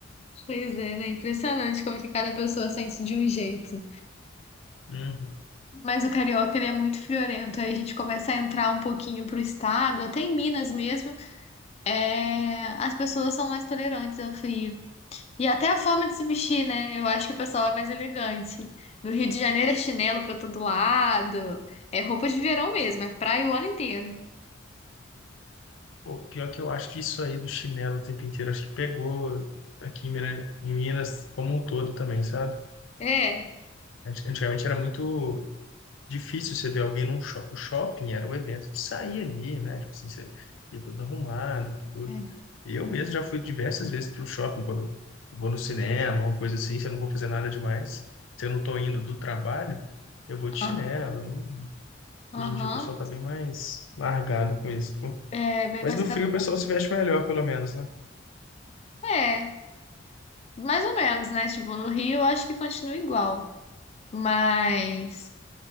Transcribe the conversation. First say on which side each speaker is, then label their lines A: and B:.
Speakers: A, on the left (about 35°); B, on the left (about 80°).
A: Pois é, né? Impressionante como que cada pessoa sente de um jeito.
B: Uhum.
A: Mas o carioca, ele é muito friorento. Aí a gente começa a entrar um pouquinho pro estado, até em Minas mesmo, é... as pessoas são mais tolerantes ao frio. E até a forma de se vestir, né? Eu acho que o pessoal é mais elegante. No Rio de Janeiro é chinelo pra todo lado, é roupa de verão mesmo, é praia o ano inteiro.
B: Pô, pior que eu acho que isso aí do chinelo o tempo inteiro, acho que pegou aqui em Minas, em Minas como um todo também, sabe?
A: É.
B: Antigamente era muito difícil você ver alguém num shopping. O shopping era o evento de sair ali, né? Tipo assim, você ia todo arrumado, tudo.
A: É.
B: Eu mesmo já fui diversas vezes para o shopping, quando eu vou no cinema, uma coisa assim, se eu não vou fazer nada demais, se eu não estou indo do trabalho, eu vou de chinelo.
A: Aham.
B: não-
A: Aham,
B: Hoje em dia o pessoal tá bem mais largado com isso. tipo.
A: É bem
B: Mas
A: mais
B: no
A: caro.
B: frio o pessoal se veste melhor, pelo menos, né?
A: É, mais ou menos, né? Tipo, no Rio eu acho que continua igual. Mas